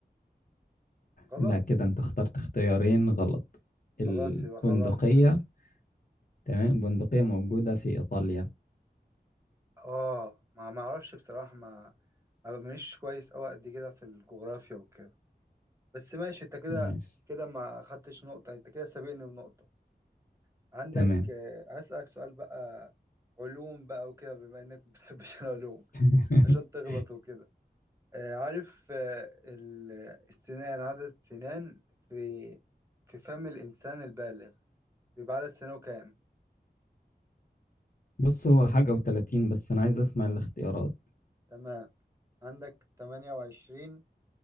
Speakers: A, on the right; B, on the left.
A: غلط
B: لا كده أنت اخترت اختيارين غلط
A: خلاص
B: البندقية
A: يبقى خلاص ماشي
B: تمام البندقية موجودة في إيطاليا
A: اه ما معرفش بصراحة ما ما مش كويس أوي قد كده في الجغرافيا وكده بس ماشي انت كده
B: ماشي
A: كده ما خدتش نقطة انت كده سابقني بنقطة عندك
B: تمام
A: آه، هسألك سؤال بقى علوم بقى وكده بما انك ما بتحبش <laughs> العلوم
B: <laughs>
A: عشان تغلط وكده آه، عارف آه، ال- السنان عدد السنان في في فم الإنسان البالغ بيبقى عدد سنانه كام؟
B: بص هو حاجة وتلاتين بس أنا عايز أسمع الاختيارات
A: تمام عندك تمانية وعشرين